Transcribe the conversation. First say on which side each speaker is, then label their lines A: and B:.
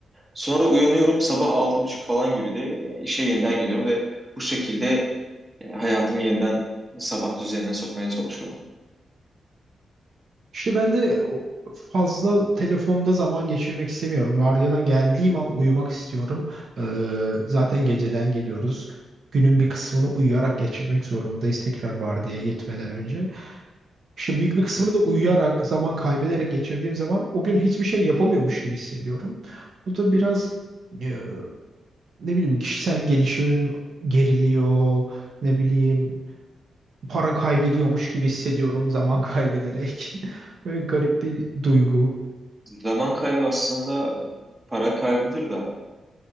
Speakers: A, on the right; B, on the right.
A: Sonra uyanıyorum sabah altı buçuk falan gibi de e, işe yeniden geliyorum ve bu şekilde e, hayatımı yeniden sabah düzenine sokmaya çalışıyorum.
B: İşte ben de o- fazla telefonda zaman geçirmek istemiyorum. Vardiyadan geldiğim an uyumak istiyorum. Ee, zaten geceden geliyoruz. Günün bir kısmını uyuyarak geçirmek zorundayız tekrar vardiyaya gitmeden önce. İşte büyük bir kısmını da uyuyarak, zaman kaybederek geçirdiğim zaman o gün hiçbir şey yapamıyormuş gibi hissediyorum. Bu da biraz e, ne bileyim kişisel gelişimim geriliyor, ne bileyim para kaybediyormuş gibi hissediyorum zaman kaybederek. <laughs> Böyle garip bir duygu.
A: Zaman kaybı aslında e, para kaybıdır da